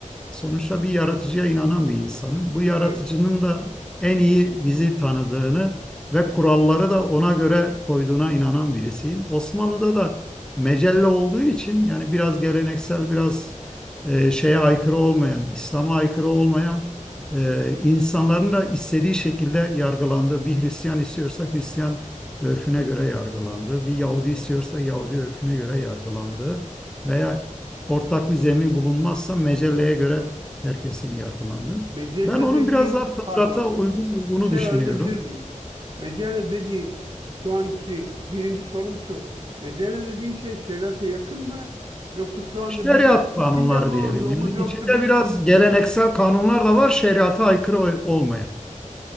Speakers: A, in the centre; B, on the right (about 40°).
A: Sonuçta bir yaratıcıya inanan bir insanım. Bu yaratıcının
B: Evet.
A: da en iyi bizi tanıdığını ve kuralları da ona göre koyduğuna inanan birisiyim. Osmanlı'da da mecelle olduğu için yani biraz geleneksel, biraz e, şeye aykırı olmayan, İslam'a aykırı olmayan e, insanların da istediği şekilde yargılandığı, bir Hristiyan istiyorsa Hristiyan örfüne göre yargılandığı, bir Yahudi istiyorsa Yahudi örfüne göre yargılandığı veya ortak bir zemin bulunmazsa mecelleye göre herkesin yargılandığı.
B: Mecella
A: Ben onun
B: dediğin,
A: biraz daha fıtrata
B: pardon,
A: uygun olduğunu
B: bir şey
A: düşünüyorum.
B: öğrenebilir miyim? Mecella dediğin şu anki birinci sorum şu. Mecella dediğin şey şeriata yakın mı? Yoksa şu anda
A: Şeriat
B: bizim
A: kanunları
B: içinde bulunduğumuz,
A: diyelim. Yani içinde
B: yoksa bizim
A: biraz geleneksel kanunlar da var, şeriata aykırı olmayan.